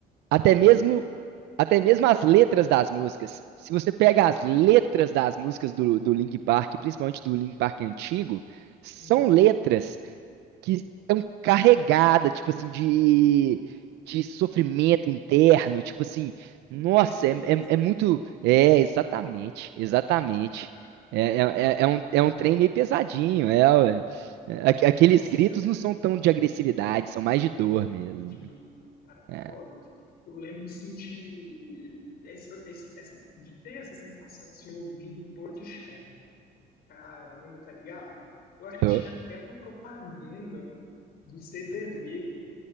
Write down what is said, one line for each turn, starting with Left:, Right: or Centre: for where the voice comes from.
Left: Muito
Right: Até mesmo
Left: legal.
Right: Até mesmo as letras das músicas. Se você pega as letras das músicas do, do Linkin Park, principalmente do Linkin Park antigo, são
Left: Uhum.
Right: letras que estão carregadas, tipo assim, de, de sofrimento interno, tipo assim, nossa,
Left: Tristeza,
Right: é, é, é muito. É, exatamente, exatamente.
Left: caralho.
Right: É, é, é- é um, é um trem meio pesadinho, é, ué. É, aqu- Aqueles
Left: Nossa,
Right: gritos não são tão de agressividade, são mais de dor mesmo.
Left: de
Right: né?
Left: dor. Caraca,
Right: É,
Left: foda. Eu lembro de sentir essa, esse- essa, de ter essa sensação assim ouvindo Portishead. Caramba, tá ligado? Eu acho que
Right: tô-
Left: tinha até uma propaganda do CVV,